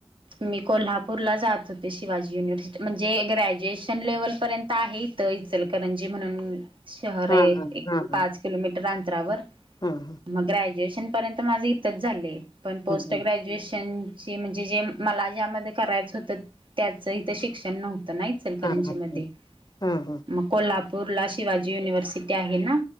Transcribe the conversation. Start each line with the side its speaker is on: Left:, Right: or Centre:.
Right: मी कोल्हापूरला जात होते शिवाजी युनिव्हर्सिटी म्हणजे ग्रॅज्युएशन लेव्हलपर्यंत आहे इथं इचलकरंजी म्हणून शहर
Left: हा
Right: आहे
Left: हा.
Right: एक
Left: हा हा
Right: पाच
Left: हा हा
Right: किलोमीटर अंतरावर
Left: हम्म
Right: मग ग्रॅज्युएशन माझे इथंच झाले पण पोस्ट
Left: हम्म
Right: ग्रॅज्युएशन म्हणजे जे मला ज्यामध्ये करायचं होतं त्याचं इथं शिक्षण नव्हतं नाहीच, इचलकरंजी
Left: हा हा.
Right: मध्ये
Left: हां, हां,
Right: मग कोल्हापूरला शिवाजी युनिव्हर्सिटी आहे ना,